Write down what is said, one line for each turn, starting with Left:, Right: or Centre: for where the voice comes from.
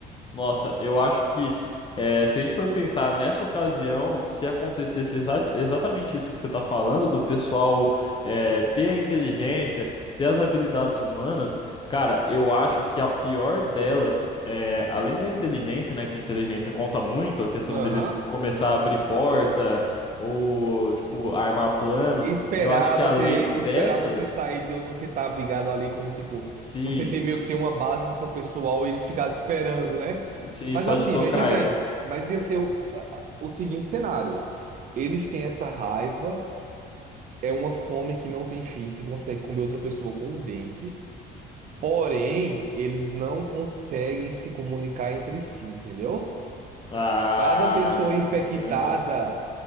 Left: Nossa, eu acho que eh, se a gente for pensar nessa ocasião, se acontecesse exa- exatamente isso que você está falando, do pessoal eh, ter a inteligência, ter as habilidades humanas, cara, eu acho que a pior delas, eh, além da inteligência, né, que a inteligência conta muito, a questão
Right: Aham.
Left: deles começar a abrir porta ou, tipo, armar plano,
Right: Esperar
Left: eu acho que
Right: você,
Left: além dessas,
Right: esperar você sair de onde você tá abrigado ali, como tipo,
Left: sim,
Right: você tem meio que tem uma base com seu pessoal e eles ficarem te esperando, né?
Left: sim,
Right: Mas
Left: só
Right: assim,
Left: de tocaia.
Right: veja bem, mas ia ser o, a- o seguinte cenário. Eles têm essa raiva, é uma fome que não tem fim, que consegue comer outra pessoa com um dente, porém, eles não conseguem se comunicar entre si, entendeu?
Left: Ah,
Right: Cada pessoa infectada,
Left: entendi.